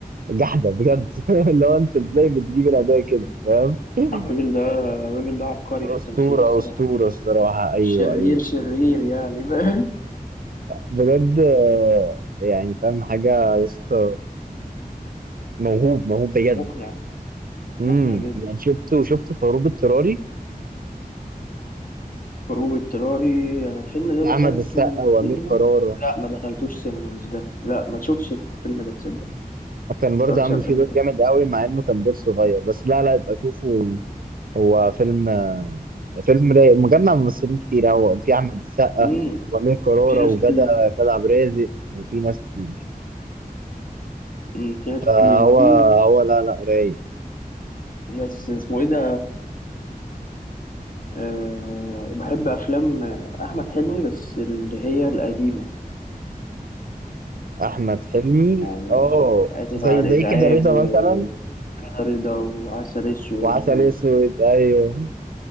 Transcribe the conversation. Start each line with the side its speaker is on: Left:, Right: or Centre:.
Right: جحده بجد <laughs> اللي هو انت ازاي بتجيب الاداء كده فاهم <laughs>
Left: الراجل ده الراجل ده عبقري في التمثيل
Right: اسطوره
Left: الصراحة
Right: اسطوره الصراحه ايوه
Left: شرير
Right: ايوه
Left: شرير يعني فاهم
Right: بجد آه، يعني فاهم حاجة يا اسطى موهوب موهوب بجد
Left: مقنع
Right: امم
Left: مقنع جدا
Right: يعني شفته شفته في هروب اضطراري
Left: هروب اضطراري يعني الفيلم ده
Right: بتاع أحمد
Left: دخلته
Right: السقا وأمير
Left: السينما
Right: كرارة
Left: لا ما دخلتوش سينما مش ده لا ما تشوفش الفيلم ده تصدق
Right: كان برضه
Left: ما اتفرجتش
Right: عامل
Left: على الفيلم
Right: فيه دور
Left: ده
Right: جامد قوي مع إنه كان دور صغير بس لا لا يبقى شوفه هو فيلم آه، فيلم رايق مجمع ممثلين كتير قوي في أحمد السقا
Left: امم
Right: وأمير كرارة
Left: في ناس
Right: وغادة
Left: كتير
Right: غادة عبد الرازق وفي ناس كتير
Left: امم في ناس
Right: فهو
Left: كتير وفي
Right: هو لا لا رايق
Left: ناس اسمه ايه ده أه بحب افلام احمد حلمي بس اللي هي القديمه
Right: أحمد حلمي
Left: يعني
Right: اه
Left: اسف
Right: زي
Left: على
Right: زي
Left: الازعاج
Right: كده رضا
Left: وكده
Right: مثلا
Left: رضا وعسل اسود
Right: وعسل
Left: و-
Right: اسود ايوه